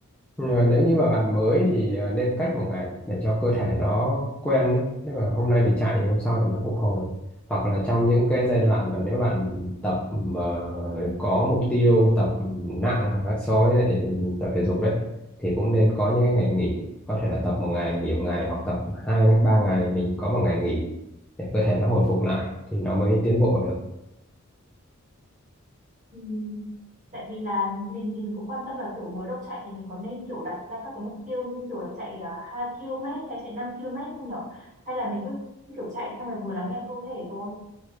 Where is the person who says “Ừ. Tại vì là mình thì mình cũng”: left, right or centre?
Right